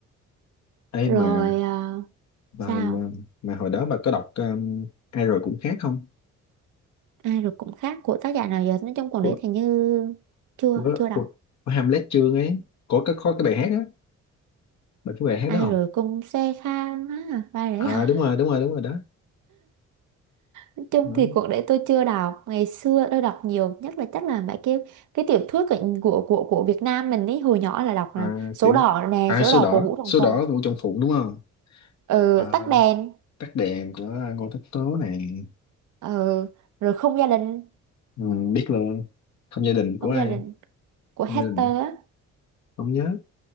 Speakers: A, on the left; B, on the right.
A: ấy
B: rồi
A: mà
B: à,
A: mà
B: sao
A: mà, mà hồi đó bà có đọc um, ai rồi cũng khác không
B: ai rồi cũng khác của tác giả nào giờ nói chung cuốn
A: của
B: đấy thì như chưa
A: của
B: chưa đọc
A: của, của Hamlet Chương ấy có cái có cái bài hát á bà cái bài hát
B: ai
A: đó không
B: rồi cũng xe khang á ba đấy
A: à
B: <laughs>
A: đúng rồi đúng rồi đúng rồi đó
B: nói chung
A: Đúng
B: thì cuộc đấy tôi chưa đọc ngày xưa tôi đọc nhiều nhất là chắc là mấy cái cái tiểu thuyết của của của, của Việt Nam mình ấy hồi nhỏ là đọc
A: à
B: là số
A: tiểu.
B: đỏ nè
A: à
B: số
A: số
B: đỏ
A: đỏ
B: của Vũ Đồng
A: số
B: Phùng
A: đỏ Vũ Trọng Phụng đúng không
B: ừ,
A: à
B: tắt đèn
A: tắt đèn của Ngô Tất Tố này
B: ừ, rồi không gia đình
A: ừ, biết luôn không gia đình của
B: không
A: ai
B: gia đình của
A: như
B: Hector á
A: không nhớ